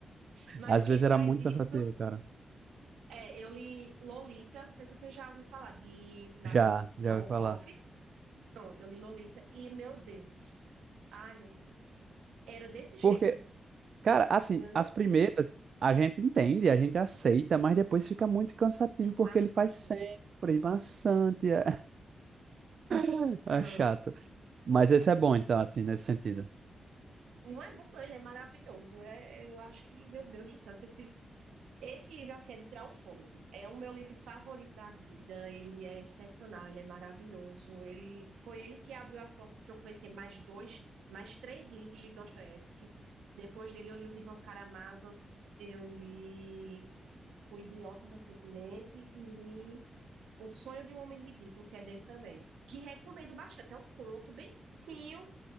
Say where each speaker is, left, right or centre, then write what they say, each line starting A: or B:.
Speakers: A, on the right; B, on the right.
A: Mas
B: Às
A: quem
B: vezes
A: faz
B: era muito
A: isso
B: cansativo, cara.
A: é, eu li Lolita, não sei se você já ouviu falar de Nabo-
B: Já, já
A: Nabokov.
B: ouvi falar.
A: Pronto, eu li Lolita e meu Deus. Ai, meu Deus. Era desse jeito.
B: Porque Cara, assim,
A: Não, é não
B: as primeiras a gente entende, a gente aceita, mas depois fica muito cansativo porque
A: maçante.
B: ele faz sempre, e maçante, é, <laughs> é
A: Não,
B: chato. Mas esse é bom, então, assim, nesse sentido.
A: não é bom não, ele é maravilhoso. É, eu acho que, meu Deus do céu, se Esse livro, assim, é de tirar o fôlego. É o meu livro favorito da vida. Ele é excepcional, ele é maravilhoso. Ele foi ele que abriu as portas para eu conhecer mais dois, mais três livros de Dostoiévski. Depois dele, eu li Os Irmãos Karamazov, eu li O Idiota recentemente e li Um Sonho de um Homem Ridículo, que é dele também. Que recomendo bastante. É um conto bem curtinho,